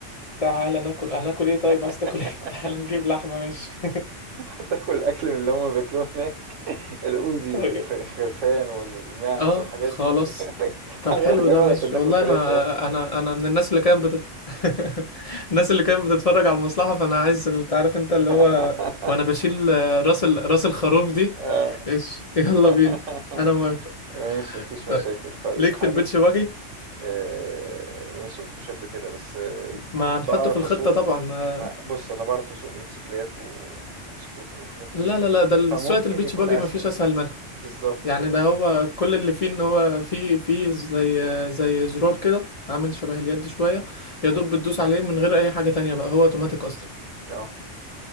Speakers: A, on the left (about 45°); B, on the right (about 80°).
A: تعالى ناكل هناكل ايه طيب
B: <laughs>
A: عايز تاكل ايه <laughs> تعالى نجيب لحمه ماشي
B: هتاكل اكل من اللي هما بياكلوه هناك <laughs> الاوزي
A: <laughs> طيب
B: والخرفان والماعز
A: اه
B: والحاجات
A: خلاص
B: دي <laughs>
A: طب
B: هنروح
A: حلو
B: جبل
A: ده ماشي
B: عشان ناكل
A: والله
B: فراخ
A: انا
B: يا اخي
A: انا انا من الناس اللي كانت بتت... <laughs> الناس اللي كانت بتتفرج على المصلحة فانا عايز انت عارف انت اللي
B: <laughs>
A: هو وانا بشيل آه، راس ال... راس الخروف دي
B: آه.
A: ايش <laughs> يلا
B: <laughs>
A: بينا انا موافق
B: ماشي مفيش
A: طيب
B: مشاكل طيب
A: ليك
B: حابب
A: في البيتش باجي
B: آه، ما سوقتوش قبل كده بس آه،
A: ما هنحطه
B: بعرف
A: في الخطة
B: اسوق
A: طبعا آه،
B: ما- بص انا بعرف اسوق موتوسيكلات و... وسكوتر وحاجات
A: لا
B: من دي
A: لا لا ده ال-
B: فممكن
A: سواقة البيتش
B: يكون
A: باجي
B: اسهل
A: ما فيش اسهل منها
B: بالظبط
A: يعني
B: كده
A: ده هو كل اللي فيه ان هو فيه فيه زي زي زرار كده عامل شبه اليد شوية يا
B: مم.
A: دوب بتدوس عليه من غير اي حاجة تانية بقى هو اوتوماتيك اصلا
B: اه